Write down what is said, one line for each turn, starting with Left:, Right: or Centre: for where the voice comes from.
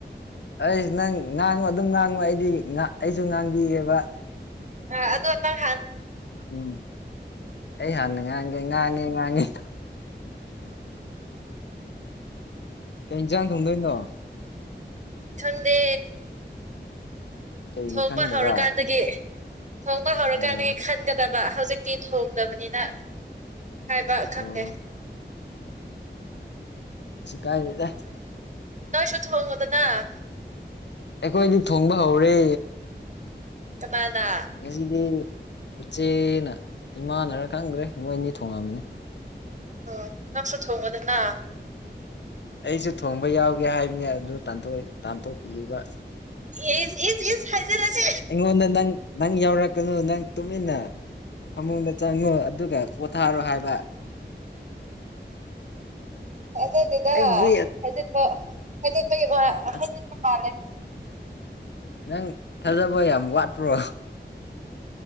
Left: ꯑꯩꯁ ꯅꯪ ꯉꯥꯡꯉꯨ ꯑꯗꯨꯝ ꯉꯥꯡꯉꯨ ꯑꯩꯗꯤ ꯑꯩꯁꯨ ꯉꯥꯡꯕꯤꯌꯦꯦꯕ
Right: ꯑ ꯑꯗꯨꯪ ꯅꯪ
Left: ꯎꯝ ꯑꯩ ꯍꯥꯟꯅ ꯉꯥꯡꯒꯦ ꯉꯥꯡꯉꯦ ꯉꯥꯡꯉꯦ ꯀꯩ ꯏꯟꯁꯥꯡ ꯊꯣꯡꯗꯣꯏꯅꯣ
Right: ꯊꯟꯗꯦ
Left: ꯀꯩꯒꯤ
Right: ꯊꯣꯛꯣꯡꯄ
Left: ꯈꯪꯗꯕ
Right: ꯍꯧꯔꯀꯥꯟꯗꯒꯤ ꯊꯣꯡꯕ ꯍꯧꯔꯀꯥꯟꯗꯒꯤ
Left: ꯑꯥ
Right: ꯈꯟꯒꯗꯕ ꯍꯧꯖꯤꯛꯇꯤ ꯊꯣꯡꯗꯕꯅꯤꯅ ꯍꯥꯏꯕ ꯈꯪꯗꯦ
Left: ꯑꯣ ꯀꯩꯁꯨ ꯀꯥꯏꯗꯦꯗ
Right: ꯁꯨꯊꯕꯉꯗꯅ
Left: ꯑꯩꯈꯣꯏꯗꯤ ꯊꯣꯡꯕ ꯍꯧꯔꯦ
Right: ꯀꯅꯥꯅ
Left: ꯉꯁꯤꯗꯤ ꯏꯆꯦꯅ ꯏꯃꯥꯅꯔ ꯈꯪꯗ꯭ꯔꯦ ꯃꯣꯏ ꯑꯅꯤ ꯊꯣꯡꯉꯝꯕꯅꯤ
Right: ꯑꯣ ꯉꯥꯛꯁꯨ ꯊꯣꯡꯧꯕꯗꯅ
Left: ꯑꯩꯁꯨ ꯊꯣꯡꯕ ꯌꯥꯎꯒꯦ ꯍꯥꯏꯕꯅꯤ ꯑꯗꯨ ꯇꯥꯟꯊꯣꯛꯄꯤꯔꯤꯕ
Right: ꯍꯥꯏ
Left: ꯑꯩꯉꯣꯟꯗ ꯅꯪ ꯅꯪ ꯌꯥꯎꯔꯛꯀꯅꯨ ꯅꯪ ꯇꯨꯃꯤꯟꯅ ꯐꯃꯨꯡꯗ ꯆꯪꯉꯨ ꯑꯗꯨꯒ ꯄꯣꯊꯥꯔꯣ ꯍꯥꯏꯕ
Right: ꯑꯗꯨ ꯑꯗꯨꯗ
Left: ꯑꯩꯕꯨꯗꯤ
Right: ꯍꯩꯖꯤꯟꯕ ꯈꯖꯤꯟꯕꯒꯤ ꯋꯥ
Left: ꯑꯁ
Right: ꯍꯩꯖꯤꯟꯕ ꯃꯥꯜꯂꯦ
Left: ꯅꯪ ꯊꯥꯖꯕ ꯌꯥꯝ ꯋꯥꯠꯄ꯭ꯔꯣ